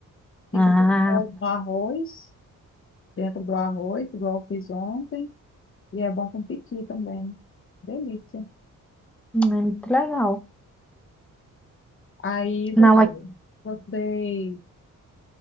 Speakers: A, on the left (about 40°); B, in the centre.
A: fica
B: Ah,
A: gostoso no arroz, dentro do arroz, igual eu fiz ontem, e é bom com piqui também. Delícia.
B: é muito legal.
A: Aí
B: Não,
A: você,
B: é,
A: vocês,